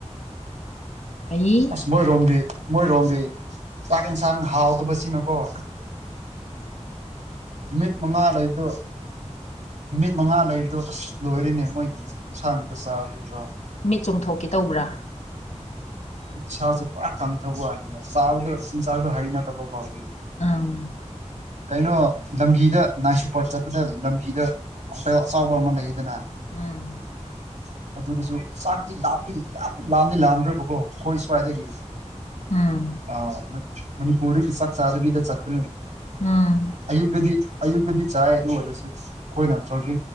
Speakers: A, on the left (about 75°); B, on the right (about 80°).
A: ꯑꯩ
B: ꯑꯁ ꯃꯣꯏꯔꯣꯝꯕꯤ ꯃꯣꯏꯔꯣꯝꯕꯤ ꯍꯛꯁꯥꯡ ꯍꯥꯎꯗꯕꯁꯤꯅꯀꯣ ꯅꯨꯃꯤꯠ ꯃꯉꯥ ꯂꯩꯗ ꯅꯨꯃꯤꯠ ꯃꯉꯥ ꯂꯩꯕꯗꯣ ꯑꯁ ꯂꯣꯏꯔꯅꯦ ꯃꯣꯏꯒꯤ ꯏꯟꯁꯥꯡ ꯉꯥꯛꯛꯇ ꯆꯥꯔꯤꯕ꯭ꯔꯣ
A: ꯃꯤꯠ ꯆꯣꯡꯊꯣꯛꯀꯦ ꯇꯧꯕ꯭ꯔꯥ
B: ꯏꯁꯥꯁꯦ ꯄꯨꯔꯥ ꯀꯟꯊꯕ ꯋꯥꯅꯤꯗ ꯆꯥꯕꯗꯣ ꯏꯤꯟꯁꯥꯛꯗꯣ ꯍꯩꯅꯠꯇꯕ ꯐꯥꯎꯗ
A: ꯑꯪ
B: ꯀꯩꯅꯣ ꯂꯝꯕꯤꯗ ꯅꯥꯏꯁꯨꯄꯥꯠ ꯆꯠꯄꯗ ꯂꯝꯕꯤꯗ ꯑꯦ ꯆꯥꯎꯕ ꯑꯃ ꯂꯩꯈꯤꯗꯅ
A: ꯎꯝ
B: <inaudible> ꯑꯗꯨꯗꯁꯨ ꯆꯥꯛꯇꯤ ꯂꯥꯞꯂꯤ ꯌꯥꯝ ꯂꯥꯝꯂꯤ ꯂꯥꯝꯈ꯭ꯔꯕꯀꯣ ꯑꯩꯈꯣꯏ ꯁ꯭ꯋꯥꯏꯗꯒꯤ
A: ꯎꯝ
B: ꯑ ꯃ ꯄꯨꯔꯗꯤ ꯁꯥꯛ ꯆꯕꯤꯗ ꯆꯥꯛꯣ
A: ꯎꯝ
B: ꯑꯌꯨꯛꯇꯗꯤ ꯑꯌꯨꯛꯇꯗꯤ ꯆꯥꯏ ꯑꯗꯨ ꯑꯣꯏꯔꯁꯨ ꯑꯩꯈꯣꯏꯅ ꯇ꯭ꯔꯕꯂꯤ